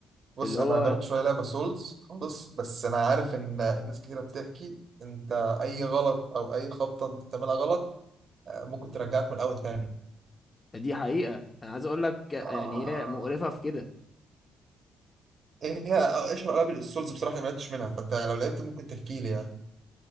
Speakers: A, on the right; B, on the left.
A: بص
B: اللي
A: انا
B: هو
A: ما جربتش ولا لعبه سولز خالص بس انا عارف ان ناس كتيره بتحكي انت اي غلط او اي خبطه انت بتعملها غلط آه، ممكن ترجعك من الاول تاني
B: دي حقيقه انا عايز اقول لك
A: آه.
B: يعني هي مقرفه في كده
A: ايه هي اشهر العاب السولز بصراحه اللي ما لعبتش منها فانت لو لعبت ممكن تحكي لي يعني